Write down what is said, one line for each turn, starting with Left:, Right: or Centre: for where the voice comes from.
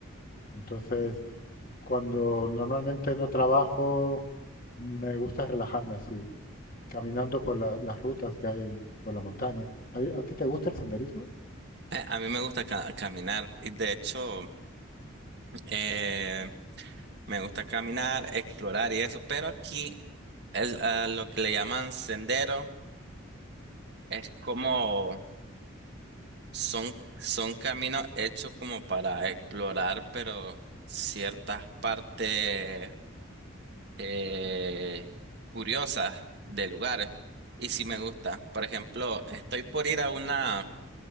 Left: Y entonces, cuando normalmente no trabajo, me gusta relajarme así, caminando por la- las rutas que hay por la montaña. ¿A, a ti te gusta el senderismo?
Right: Eh, a mí me gusta ca- caminar y de hecho eh, me gusta caminar, explorar y eso, pero aquí el, ah, lo que le llaman sendero es como Son, son caminos hechos como para explorar, pero ciertas partes eh, curiosas de lugares. Y sí me gusta. Por ejemplo, estoy por ir a una, a